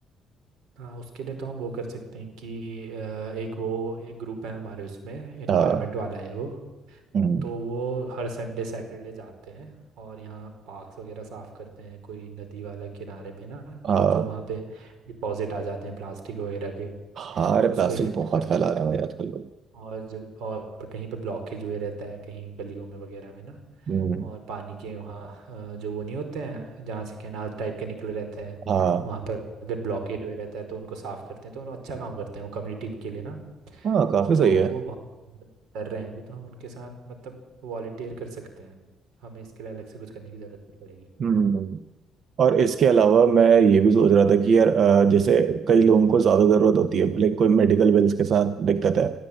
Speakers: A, on the right; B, on the right.
A: हाँ उसके लिए तो हम वो कर सकते हैं कि अ, एक वो एक ग्रुप है हमारे उसमें इन्वायरमेंट
B: हाँ
A: वाला है वो
B: हम्म,
A: तो वो हर संडे सैटरडे जाते हैं और यहाँ पार्क्स वगैरह साफ करते हैं कोई नदी वाला किनारे पे ना
B: हाँ
A: जो वहाँ पे डिपॉजिट आ जाते हैं प्लास्टिक वगैरह के
B: हाँ अरे
A: उसको
B: प्लास्टिक
A: इकट्ठा
B: बहुत
A: करते
B: फैला
A: हैं
B: रहे हैं भाई आजकल लोग
A: और जो और कहीं पे ब्लॉकेज हुए रहता है कहीं गलियों में वगैरह में ना
B: हम्म,
A: और पानी के वहाँ अ, जो वो नहीं होते हैं जहाँ से कैनाल टाइप के निकले रहते हैं
B: हाँ
A: वहाँ पर अगर ब्लॉकेज हुए रहता है तो उनको साफ करते हैं तो उन्होंने अच्छा काम करते हैं वो कम्युनिटी के लिए ना
B: हाँ काफी
A: तो
B: सही है
A: वो बहुत मदद कर रहे हैं अभी तो हम उनके साथ मतलब वॉलेंटियर कर सकते हैं हमें इसके लिए अलग से कुछ करने की ज़रूरत नहीं पड़ेगी
B: हम्म और इसके अलावा मैं ये भी सोच रहा था कि यार अ, जैसे कई लोगों को ज़्यादा ज़रूरत होती है लाइक कोई मेडिकल बिल्स के साथ दिक्कत है